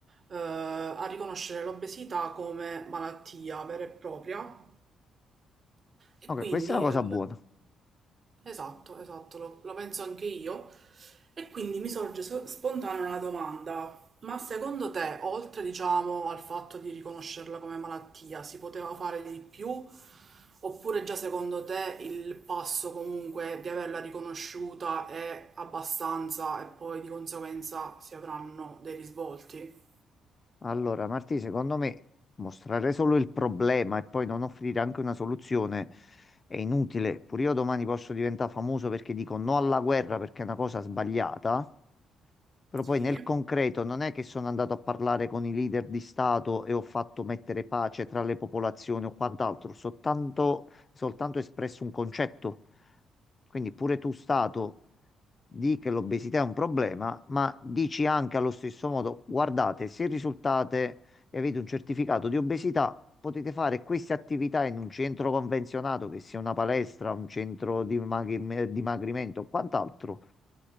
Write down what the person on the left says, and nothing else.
Ok,
questa è una cosa
buona.
Allora, Martina, secondo me mostrare solo il problema e poi non offrire anche una soluzione è inutile. Pure io domani posso diventare famoso perché dico no alla guerra perché è una cosa sbagliata. Però
poi nel concreto non è che sono andato a parlare con i leader di Stato e ho fatto mettere pace tra le popolazioni o quant'altro, soltanto, soltanto espresso un concetto. Quindi pure tu, Stato, di che l'obesità è un problema, ma dici anche allo stesso modo, guardate, se risultate e avete un certificato di obesità, potete fare queste attività in un centro convenzionato, che sia una palestra, un centro di magri- dimagrimento o quant'altro,